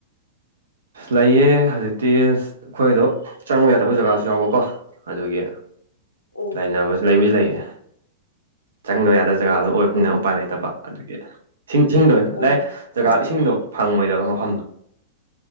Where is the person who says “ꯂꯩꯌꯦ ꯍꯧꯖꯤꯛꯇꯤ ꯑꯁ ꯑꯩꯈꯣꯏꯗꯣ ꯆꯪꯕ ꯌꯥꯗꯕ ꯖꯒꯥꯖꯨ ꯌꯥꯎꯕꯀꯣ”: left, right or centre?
Right